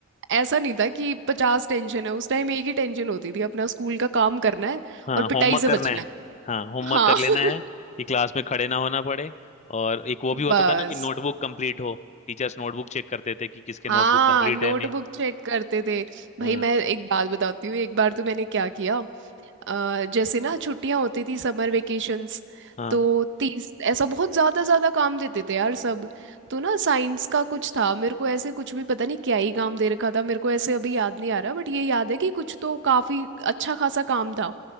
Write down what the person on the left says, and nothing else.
हाँ
होमवर्क
करना
है
हाँ होमवर्क
कर लेना
है कि क्लास में खड़े ना होना पड़े और एक वो भी होता
था ना कि नोटबुक कंप्लीट हो टीचर्स नोटबुक चेक करते थे कि किसके
नोटबुक कंप्लीट
है नहीं
हाँ।
हाँ